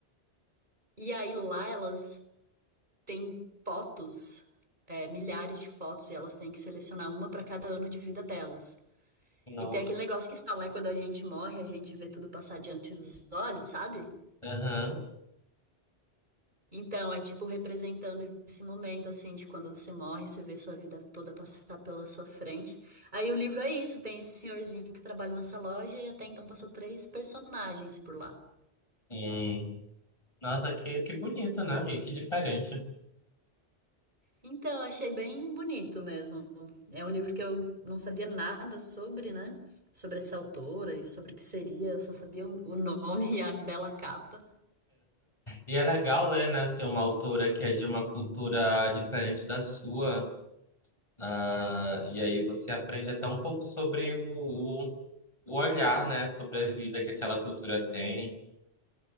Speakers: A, on the right; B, on the left.
A: E aí lá elas têm fotos, é, milhares de fotos, e elas têm que selecionar uma para cada ano de vida delas.
B: nossa.
A: E tem aquele negócio que fala, né? Quando a gente morre, a gente vê tudo passar diante dos olhos, sabe?
B: Aham.
A: Então, é tipo representando esse momento, assim, de quando você morre, você vê sua vida toda passar pela sua frente. Aí o livro é isso, tem esse senhorzinho que trabalha nessa loja e até então passou três personagens por lá.
B: Hum. Nossa, que, que bonito, né? E que diferente.
A: Então, achei bem bonito mesmo. É um livro que eu não sabia nada sobre, né? Sobre essa autora e sobre o que seria. Eu só sabia o o nome <laughs> e a bela capa.
B: E é legal ler, né, assim, uma autora que é de uma cultura diferente da sua. Ah, e aí você aprende até um pouco sobre o, o, o olhar, né? Sobre a vida que aquela cultura tem.